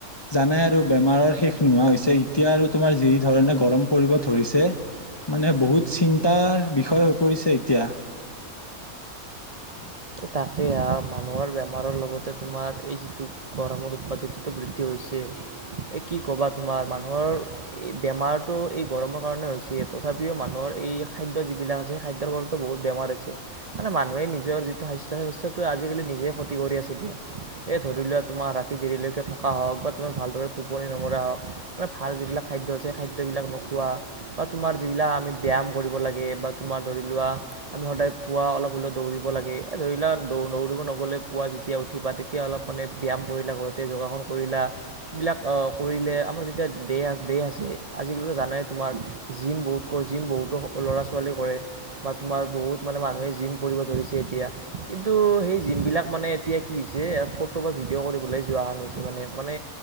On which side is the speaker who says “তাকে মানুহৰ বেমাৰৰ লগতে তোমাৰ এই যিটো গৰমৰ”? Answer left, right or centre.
Right